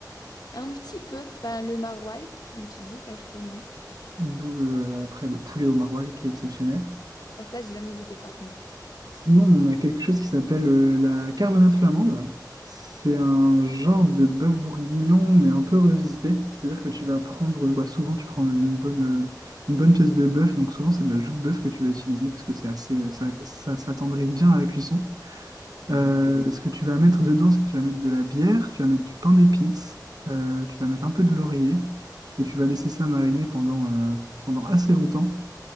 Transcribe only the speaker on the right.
D'où euh, après le poulet au maroilles qui est exceptionnel.
Sinon, on a quelque chose qui s'appelle euh, la carbonade flamande. C'est un genre de bœuf bourguignon, mais un peu revisité. C'est-à-dire que tu vas prendre, euh, bah, souvent tu prends une bonne, euh, une bonne pièce de bœuf, donc souvent c'est de la joue de bœuf que tu vas utiliser parce que c'est assez, euh, ça, ça s'attendrit bien à la cuisson.
Euh, ce que tu vas mettre dedans, c'est que tu vas mettre de la bière, tu vas mettre du pain d'épices, euh, tu vas mettre un peu de laurier et tu vas laisser ça mariner pendant, euh, pendant assez longtemps.